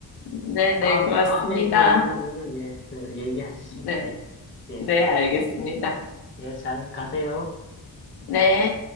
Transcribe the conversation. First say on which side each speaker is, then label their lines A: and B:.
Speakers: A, on the left; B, on the left.
A: 네,
B: 다음,
A: 네, 고맙습니다.
B: 다음에 또 만나면은, 예, 또 얘기하시죠.
A: 네.
B: 예. 예.
A: 네, 알겠습니다.
B: 예, 잘 가세요.
A: 네.